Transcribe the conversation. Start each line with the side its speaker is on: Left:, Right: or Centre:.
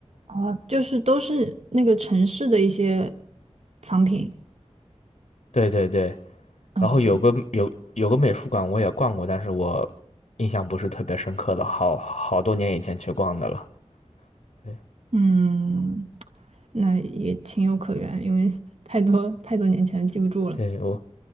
Right: 啊，就是都是那个城市的一些藏品。
Left: <laughs> 对对对，
Right: 哦，
Left: 然后有个有有个美术馆我也逛过，但是我印象不是特别深刻了，好好多年以前去逛的了。对
Right: 嗯，那也情有可原，因为 <laughs> 太多太多年前记不住了。
Left: 对，我。